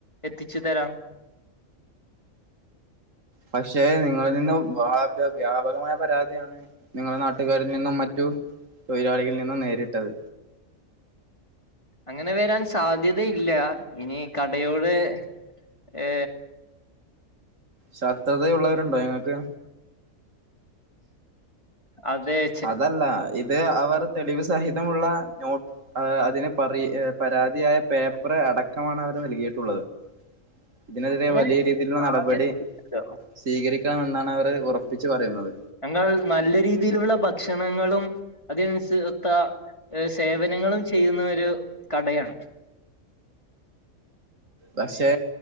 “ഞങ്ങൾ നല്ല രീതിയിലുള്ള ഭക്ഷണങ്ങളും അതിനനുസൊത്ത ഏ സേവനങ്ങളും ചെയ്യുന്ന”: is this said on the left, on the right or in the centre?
Left